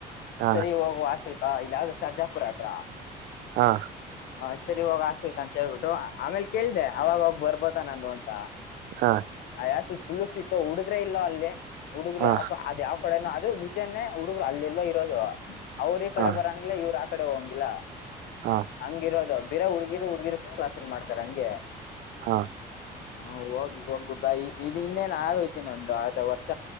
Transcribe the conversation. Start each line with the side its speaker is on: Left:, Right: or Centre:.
Right: ಹಾ
Left: ಸರಿ ಹೋಗುವ ಹಾಸ್ಟ ಹಾ ಇದ್ಯಾವುದೋ ಸರ್ಜಾಪುರ ಹತ್ರ
Right: ಹಾ
Left: ಹ ಸರಿವೋಗ ಆಸ್ಲ್ಕ್ ಅಂತ ಹೇಳ್ಬಿಟ್ಟು ಆಮೇಲೆ ಕೇಳ್ದ ಅವಾಗೋಗ್ ಬರ್ಬೋದ ನಾನು ಅಂತ
Right: ಹಾ
Left: ಯ ಫುಲ್ ಸಿಟ್ಟು ಹುಡುಗ್ರ ಇಲ್ಲ ಅಲ್ಲಿ ಹುಡುಗ್ರ
Right: ಹಾ
Left: ಯ ಅ ಯವ್ ಕೊಡೆನು ಅದು ವಿಷನೇ ಹುಡುಗರು ಅಲ್ಲೆಲ್ಲೋ ಇರೋದು ಅವ್ರ ಕಡೆ
Right: ಹಾ
Left: ಬರಂಗ್ಲ ಇವ್ರು ಆ ಕಡೆ ಹೋಗಿಲ್ಲ
Right: ಹಾ
Left: ಹಂಗಿರೋದು ಬೀರೆ ಹುಡ್ಗಿರು ಹುಡ್ಗಿರು ಕ್ಲಾಸ್ ಮಾಡ್ತಾರೆ ಹಂಗೆ
Right: ಹಾ
Left: ಹಾ ಹೋಗ್ಲಿ ಹೋಗ್ಬಿಟ್ಟಾ ಇ ಇನ್ನೇನ್ ಆಗೋಯ್ತಿನೊಂದು ಆತ ವರ್ಷ